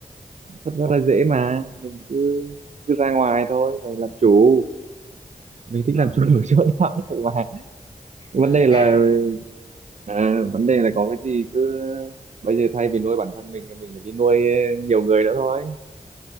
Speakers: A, on the right (about 55°); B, on the left (about 30°).
A: Thật ra là dễ mà, mình cứ cứ ra ngoài thôi, rồi làm chủ. Mình thích
B: Nói
A: làm chủ <laughs> ở chỗ nào cũng được mà. Vấn
B: đơn
A: đề là
B: giản.
A: À, vấn đề là có cái gì cứ bây giờ thay vì nuôi bản thân mình thì mình phải đi nuôi ờ, nhiều người nữa thôi